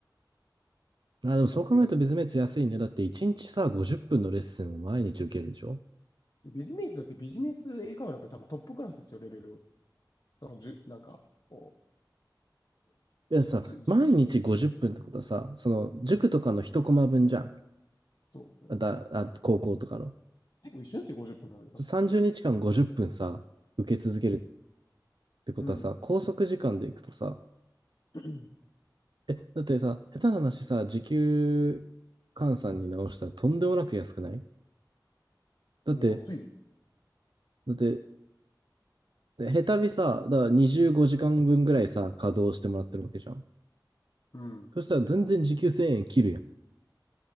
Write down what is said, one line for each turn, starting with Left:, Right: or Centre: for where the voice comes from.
Right: あ、でもそう考えるとビズメイツ安いね。
Left: まあ、でか
Right: だって1日さ、50分のレッスンを毎日受けるんでしょ
Left: いビジネスだってビジネス英会話なんか多分トップクラスですよ、レベル。その、じゅ、なんか、こ
Right: いやさ、
Left: う、<clears throat> じゅ、じゅ、
Right: 毎日50分っぷんってことはさ、その塾とかの1コマ分じゃん。
Left: そうそうそう。
Right: だ、あ、高校とかの。
Left: 結構一緒ですよ、50分の。
Right: 30日間50分さ、受け続けるってことはさ、
Left: うん。
Right: 拘束時間でいくとさ、
Left: うん。
Right: え、だってさ、下手な話さ、時給換算に直したらとんでもなく安くない
Left: <clears throat>
Right: だって、
Left: 安いよ。
Right: だって、下手にさ、だから25時間分ぐらいさ、稼働してもらってるわけじゃん。
Left: うん。
Right: そしたら全然時給1000円切るやん。